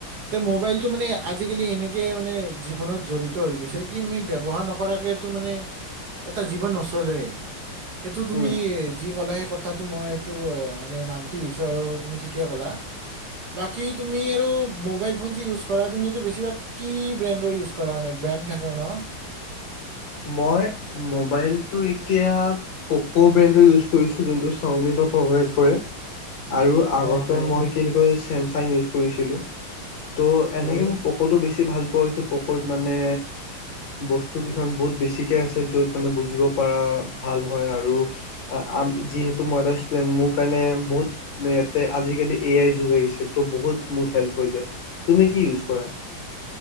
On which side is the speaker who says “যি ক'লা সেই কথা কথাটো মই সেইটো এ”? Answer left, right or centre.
Right